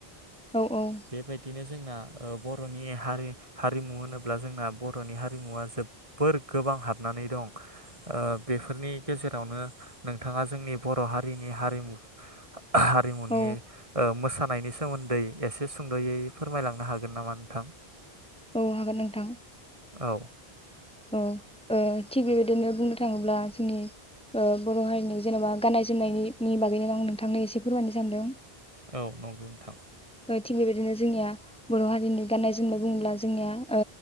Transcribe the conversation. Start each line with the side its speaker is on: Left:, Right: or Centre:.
Centre: औ औ औ
Right: बेबायदिनो जों ना बर'नि हारि हारिमु होनोब्ला जोंना बर बर'नि हारिमुवा जोबोर गोबां हाबनानै दं ओ बेफोरनि गेजेरावनो नोंथाङा जोंनि बर' हारिनि हारिमु हारि नि
Centre: औ
Right: मोसान नायनि सोमोन्दै एस से सुंद'यै फोरमायलांनो हागोन नामा न थां
Centre: औ हागोन नोंथां
Right: औ
Centre: अ ओ थिग बेबायदिनो बुंनो थाङोब्ला जोंनि बर' हारिनि जेनेबा गाननाय जोमनायनि बागैनो आं नोंथांनो एसे फोरमायनो सानदों
Right: औ नंगौ नोंथां
Centre: ओ थिग बेबायदिनो जोंनिया बर' हारिनि गान्नाय जोमनाय बुङोब्ला जोंनिया ओ